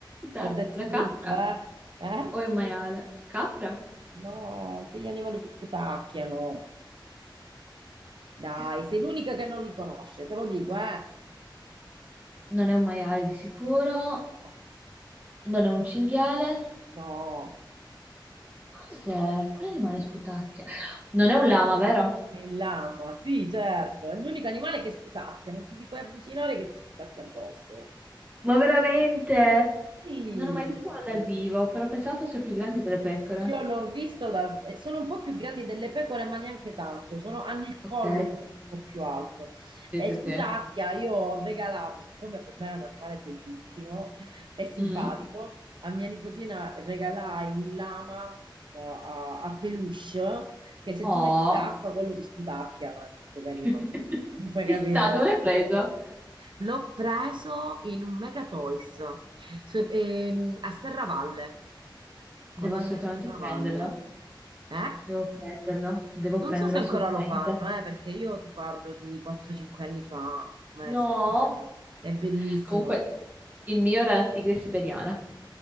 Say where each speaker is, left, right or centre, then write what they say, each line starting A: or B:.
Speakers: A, on the right; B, on the right.
A: Dai,
B: Ti ho detto
A: una
B: tutto,
A: capra?
B: eh? Eh?
A: O è un maiale? Capra?
B: No, quegli animali che sputacchiano. Dai,
A: Chi è che sputa?
B: sei l'unica che non li conosce, te lo dico, eh?
A: Non è un maiale di sicuro,
B: No,
A: non è un cinghiale.
B: no,
A: Cos'è? Quale rimane sputacchia? Non è un lama, vero?
B: è il lama, sì, certo, è l'unico animale che sputacchia, non ti si puoi avvicinare che ti sputacchia addosso.
A: Ma veramente?
B: Sì.
A: Non ho mai visto uno dal vivo, però pensavo fosse più grande delle pecore.
B: Io l'ho visto, da- eh, sono un po' più grandi delle pecore, ma neanche tanto, sono- hanno il collo
A: Ok.
B: forse un po' più alto.
A: Sì,
B: E
A: sì,
B: Scutacchia
A: sì.
B: io ho regalato, siccome per me è un animale bellissimo e simpatico,
A: Mm.
B: a mia nipotina regalai un lama eh, a, a peluche che se
A: Oh,
B: tu metti l'acqua quello ti sputacchia, no? è troppo carino.
A: <laughs>
B: Non puoi
A: Ci
B: capire,
A: sta,
B: guarda.
A: dove l'hai preso?
B: L'ho preso in un Mega Toys so- ehm, a Serravalle,
A: devo
B: quando
A: assolutamente
B: andai a Serravalle.
A: prenderlo.
B: Eh?
A: Devo prenderlo, devo
B: Non
A: prenderlo
B: so se ancora
A: assolutamente.
B: lo fanno, eh, perché io ti parlo di 4-5 anni fa, ma
A: No.
B: è, è be- è bellissimo.
A: Comunque, il mio era la tigre siberiana.